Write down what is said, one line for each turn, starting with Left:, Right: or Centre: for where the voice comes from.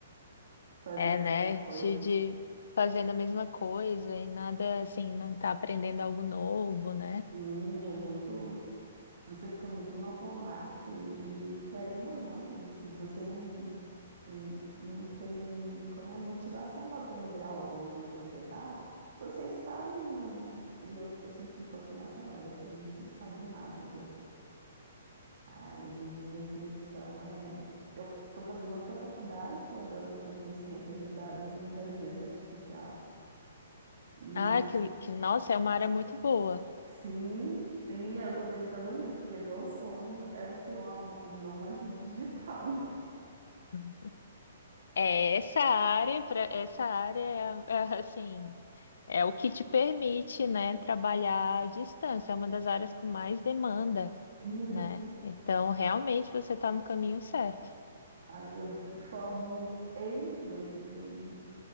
Right: Fazer
Left: É,
Right: a
Left: né?
Right: mesma coisa.
Left: Te de fazendo a mesma coisa e nada assim, não tá aprendendo algo novo, né?
Right: Sim, é muito, você fica muito no automático e, e querendo ou não, se você não n- não tem como é motivação para aprender algo onde você tá, você estagna, né? E eu tô sentindo que eu tô nessa vibe, eu tô muito estagnada onde eu tô. Aí minha intenção é. Eu estou fazendo outra faculdade, agora eu estou fazendo ciências de dados e inteligência artificial. E
Left: Ah, que, que nossa, é uma área muito boa.
Right: sim, sim, eu estou pensando nisso, porque meu sonho é eu ser uma mo- nômade <laughs> digital, né?
Left: Uhum. É essa área, para essa área é, a- é a- assim, é o que te permite, né, trabalhar à distância. É uma das áreas com mais demanda,
Right: Uhum.
Left: né? Então, realmente você está no caminho certo.
Right: Aí eu formo em 2000 e...